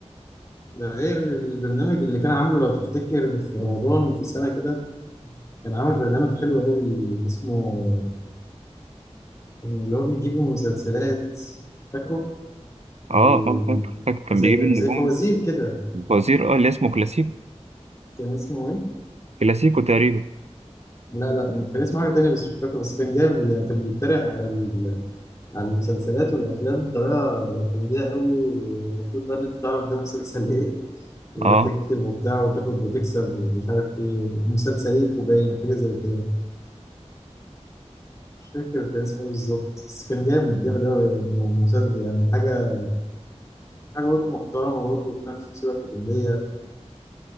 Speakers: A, on the left (about 25°); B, on the right (about 70°).
A: ده غير البرنامج اللي كان عامله لو تفتكر في رمضان في سنة كده كان عامل برنامج حلو أوي اسمه اللي هو بيجيب مسلسلات فاكره؟
B: اه
A: آه،
B: آه، فاكر فاكر كان
A: زي
B: بيجيب النجوم
A: زي فوازير كده
B: فوزير اه اللي اسمه كلاسيكو
A: كان اسمه إيه؟
B: كلاسيكو تقريبا
A: لا لا كان اسمه حاجة تانية بس مش فاكر بس كان جامد يعني كان بيتريق على ال- على المسلسلات والأفلام بطريقة كوميدية قوي والمفروض بقى إن أنت تعرف ده مسلسل إيه وتكتب
B: اه
A: وبتاع وتاخد وتكسب ومش عارف إيه مسلسليك وباين حاجة زي كده مش فاكر كان اسمه إيه بالظبط بس كان جامد جامد أوي يعني مسلسل يعني حاجة حاجة برضه محترمة برضه وفي نفس الوقت كوميدية